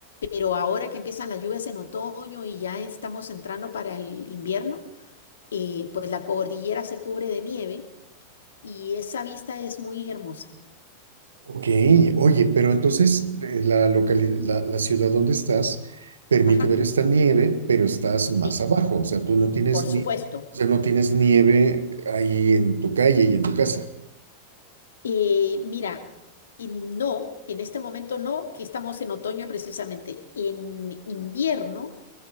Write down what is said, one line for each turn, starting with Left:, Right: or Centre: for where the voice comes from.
Left: pero ahora que empiezan las lluvias en otoño y ya estamos entrando para el invierno, eh, pues la cordillera se cubre de nieve y esa vista es muy hermosa.
Right: Ok, oye, pero entonces eh, la, locali- la, la ciudad donde estás permite
Left: Ajá,
Right: ver esta nieve, pero estás más
Left: sí,
Right: abajo, o sea, tú no tienes
Left: por
Right: ni,
Left: supuesto.
Right: o sea, no tienes nieve ahí en tu calle y en tu casa.
Left: Eh, mira, y no, en este momento no, que estamos en otoño precisamente. En invierno.